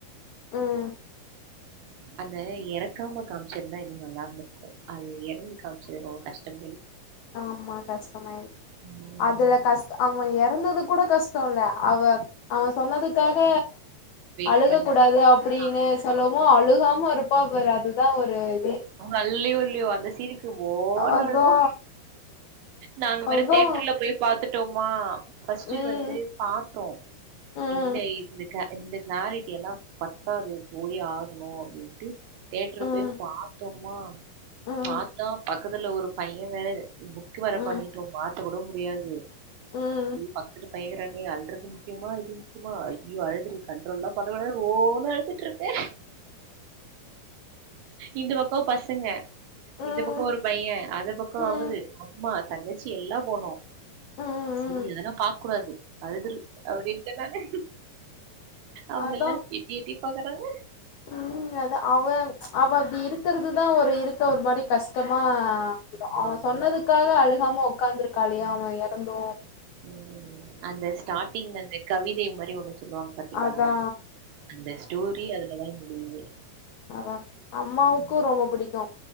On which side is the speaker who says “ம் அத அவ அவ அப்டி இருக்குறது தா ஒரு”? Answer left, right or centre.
Left